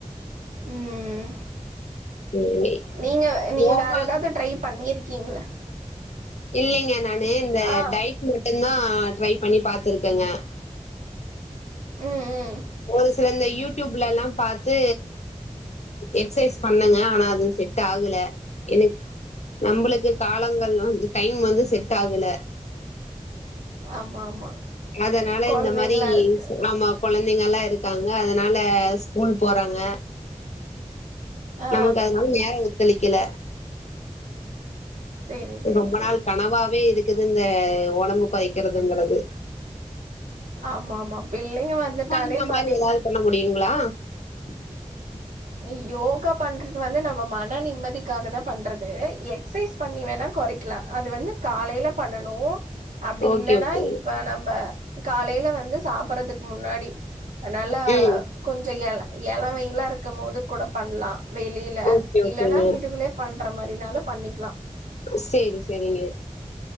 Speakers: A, on the right; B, on the left.
A: ம்
B: ம்
A: நீங்க நீ
B: யோகா
A: வேற எதாவது ட்ரை பண்ணிருக்கீங்களா
B: இல்லலைங்க நானு இந்த
A: ஆ
B: டைட் மட்டுந்தா ட்ரை பண்ணி பாத்துருக்கேங்க
A: ம் ம்
B: ஒரு சில இந்த யூடியூப்லல்லா பாத்து எக்சைஸ் பண்ணங்க ஆனா அது செட் ஆகல எனக்கு நம்மளுக்கு காலங்கள் வந்து டைம் வந்து செட் ஆகல
A: ஆமா ஆமா
B: அதனால
A: கொழந்தைங்களா
B: இந்த மாரி
A: இருக்கு
B: ஆமாம் கொழந்தைங்கல்லா இருக்காங்க அதனால ஸ்கூல் போறாங்க
A: ஆ
B: நமக்கு அதனால நேர ஒத்தொழைக்கல
A: சேரி சேரி
B: ரொம்ப
A: சேரி
B: நாள் கனவாவே இருக்குது இந்த ஒடம்பு கொரைக்கிறதுங்கிறது
A: ஆமா ஆமா பிள்ளைங்க வந்துட்டாலே
B: இந்த
A: பாத்தீங்
B: மாரி ஏதாவது பண்ண முடியுங்களா
A: <inaudible> யோகா பண்ணுறது வந்து நம்ம மன நிம்மதிக்காக தா பண்ணுறது எக்ஸைஸ் பண்ணி வேணா கொறைக்கலா அது வந்து காலையில பண்ணனு அப்படி
B: ஓகே
A: இல்லைன்னா
B: ஓகேங்க
A: இப்ப நம்ம காலையில வந்து சாப்பறதுக்கு முன்னாடி நாலா
B: ம்
A: கொஞ்ச எல எலவெயிலா இருக்கும் போது கூட பண்ணலா வெளியில
B: ஓகே ஓகேங்க
A: இல்லன்னா வீட்டுக்குள்ளயே பண்ற மாரினாலு பண்ணிக்கலா
B: சேரி சரிங்க